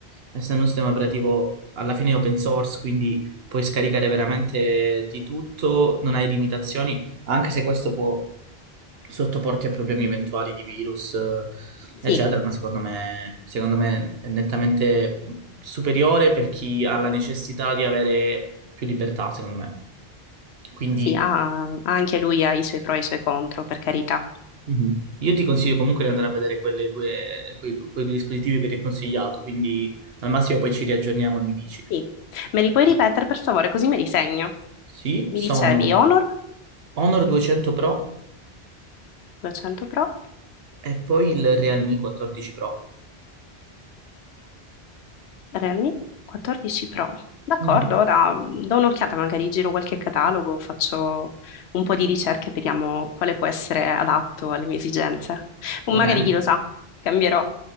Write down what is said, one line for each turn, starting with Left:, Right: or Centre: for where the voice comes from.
Right: essendo un sistema operativo alla fine è open source, quindi puoi scaricare veramente di tutto, non hai limitazioni, anche se questo può sottoporti a problemi eventuali di virus, eh,
Left: sì,
Right: eccetera, ma secondo me, secondo me è nettamente superiore per chi ha la necessità di avere più libertà, secondo me. Quindi
Left: sì, ha- anche lui ha i suoi pro e i suoi contro, per carità.
Right: Mhm. Io ti consiglio comunque di andare a vedere quelle due, quei, du- quei due dispositivi che ti ho consigliato, quindi al massimo poi ci riaggiorniamo e mi dici.
Left: Sì. Me li puoi ripetere per favore, così me li segno.
Right: Sì,
Left: Mi
Right: sono
Left: dicevi Honor
Right: Honor 200 Pro
Left: 200 Pro
Right: e poi il Realme 14 Pro.
Left: Realme 14 Pro. D'accordo,
Right: Mhm.
Left: ora mm, do un'occhiata, magari giro qualche catalogo, faccio un po' di ricerche, vediamo quale può essere adatto alle mie esigenze. O
Right: Va
Left: magari
Right: bene?
Left: chi lo sa, cambierò,